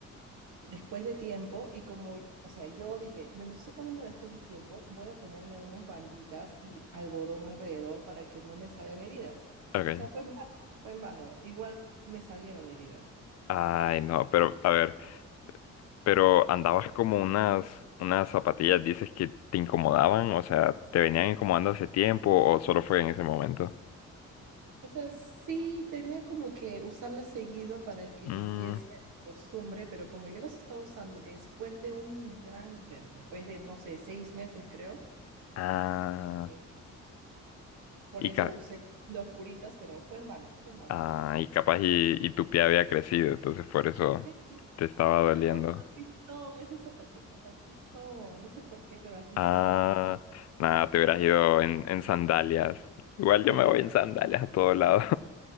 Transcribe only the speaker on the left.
ok.
Ay, no, pero, a ver, pero andabas como unas, unas zapatillas, dices que te incomodaban, o sea, ¿te venían incomodando hace tiempo o solo fue en ese momento?
Mm,
ah,
y,
ca-
ah, y capaz y, y tu pie había crecido, entonces por eso
te estaba doliendo.
Ah,
nada, te hubieras ido en, en sandalias. Igual yo
me
voy en sandalias a todos lados.